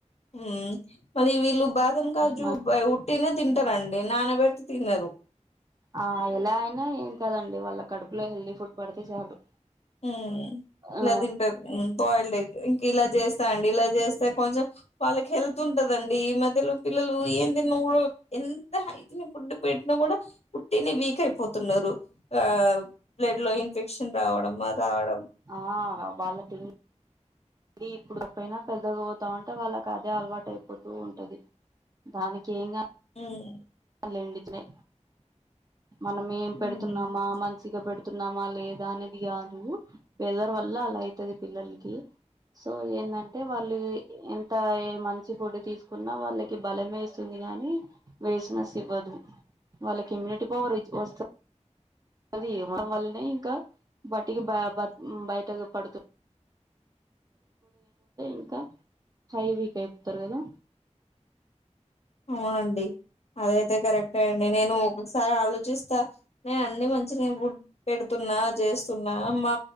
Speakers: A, on the left; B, on the right.
A: హ్మ్ మళ్లీ వీళ్లు బాదం కాజు
B: మ
A: ఉట్టిగానే తిం తింటారండి నాన్న పెడితే తినరు
B: ఆ ఎలా అయినా ఏం కాదండి వాళ్ల కడుపులో హెల్దీ ఫుడ్ పడితే చాలు
A: హ్మ్ ఇట్లనే
B: ఆ
A: తింటారు బాయిల్డ్ ఎగ్ ఇంక ఇలా చేస్తా అండి ఇలా చేస్తే కొంచెం వాళ్ళకి హెల్త్ ఉంటదండి ఈ మధ్యలో పిల్లలు ఏం నేను ఎంత హైజినిక్ ఫుడ్డు పెట్టినా కూడా వుట్టినే వీక్ అయిపోతున్నారు అ ఆ బ్లడ్ లో ఇన్ఫెక్షన్ రావడం అది రావడం
B: ఆ వాళ్ల తిండి ఇది ఇప్పుడు కాకపోయినా పెద్దగా అవుతా ఉంటే వాళ్లకి అదే అలవాటయిపోతూ ఉంటది దానికి ఏం కా
A: ఉమ్
B: లేదండి టిఫినే మనం ఏం పెడుతున్నామా
A: ఉమ్
B: మంత్ చిగ పెడుతున్నామా లేదా అనేది కాదు వెదర్ వల్ల అలా అయితది పిల్లలకి సో ఏందంటే వాళ్లు ఎంత మంచి ఫుడ్ తీసుకున్నా వాళ్లకి బలమే ఇస్తుంది కాని లేసినెస్ ఇవ్వదు వాళ్లకి ఇమ్యూనిటీ పవర్ వస్తది అది ఇవ్వడం వల్లనే ఇంకా బటికి బ బయట పడుతు ఇంకా హై వీక్ అయిపోతారు కదా
A: అవునండి అదయితే కరెక్టే అండి నేను ఒకసారి ఆలోచిస్తా నేను అన్ని మంచినే ఫుడ్ పెడుతున్నా చేస్తున్నా మా